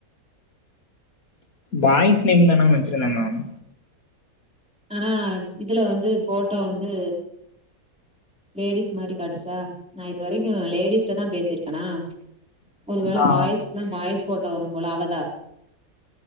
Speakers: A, on the left; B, in the centre.
A: பாய்ஸ் நேம்தான வெச்சிருந்த மேம்
B: ஆ இதுல வந்து போட்டோ வந்து லேடிஸ் மாரி காட்டுச்சா நா இது வரைக்கு லேடிஸிட்ட தா பேசியிருக்கனா ஒருவேள
A: ஆ
B: பாய்ஸ்க்குனா பாய்ஸ் போட்ட வரும் போல அவதார்